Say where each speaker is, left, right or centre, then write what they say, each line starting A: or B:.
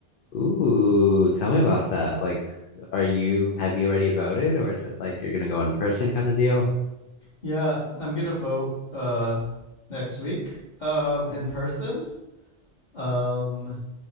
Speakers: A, on the left; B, on the left.
A: ooh, tell me about that. Like, are you, have you already voted or is it like you're gonna go in person kind of deal?
B: Yeah, I'm going to vote uh next week um in person. Um